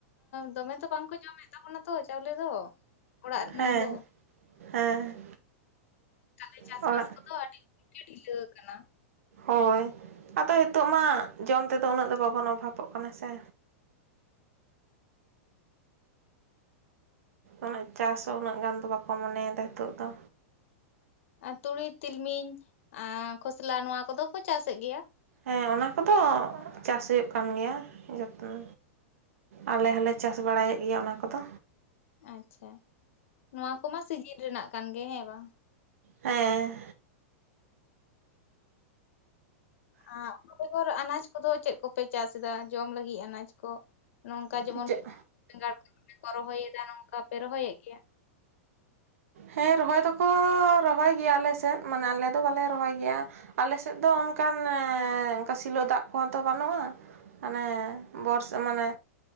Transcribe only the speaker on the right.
ᱦᱮᱸ
ᱦᱮᱸ
ᱚᱲᱟᱜ
ᱦᱳᱭ ᱟᱫᱚ ᱱᱤᱛᱳᱜ ᱢᱟ ᱡᱚᱢ ᱛᱮᱫᱚ ᱩᱱᱟᱹᱜ ᱫᱚ ᱵᱟᱵᱚᱱ ᱚᱵᱷᱟᱵᱚᱜ ᱠᱟᱱᱟ ᱥᱮ ᱩᱱᱟᱹᱜ ᱪᱟᱥ ᱦᱚᱸ ᱩᱱᱟᱹᱜ ᱜᱟᱱ ᱫᱚ ᱵᱟᱠᱚ ᱢᱚᱱᱮᱭᱮᱫᱟ ᱱᱤᱛᱚᱜ ᱫᱚ
ᱦᱮᱸ ᱚᱱᱟ ᱠᱚᱫᱚ ᱪᱟᱥ ᱦᱩᱭᱩᱜ ᱠᱟᱱ ᱜᱮᱭᱟ ᱡᱚᱛᱚᱱ ᱟᱞᱮ ᱦᱚᱸᱞᱮ ᱪᱟᱥ ᱵᱟᱲᱟᱭᱮᱫ ᱜᱮᱭᱟ ᱚᱱᱟ ᱠᱚᱫᱚ
ᱦᱮᱸ
ᱪᱮᱫ
ᱦᱮᱸ ᱨᱚᱦᱚᱭ ᱫᱚᱠᱚ ᱨᱚᱦᱚᱭ ᱜᱮᱭᱟ ᱟᱞᱮ ᱥᱮᱫ ᱢᱟᱱᱮ ᱟᱞᱮ ᱫᱚ ᱵᱟᱞᱮ ᱨᱚᱦᱚᱭ ᱜᱮᱭᱟ ᱟᱞᱮ ᱥᱮᱫ ᱫᱚ ᱚᱱᱠᱟᱱᱚᱱ ᱚᱝᱠᱟᱹ ᱥᱤᱞᱳ ᱫᱟᱜ ᱠᱚᱦᱚᱸ ᱛᱚ ᱵᱟᱹᱱᱩᱜᱼᱟ ᱟᱞᱮ ᱵᱚᱨᱚᱥ ᱢᱟᱱᱮ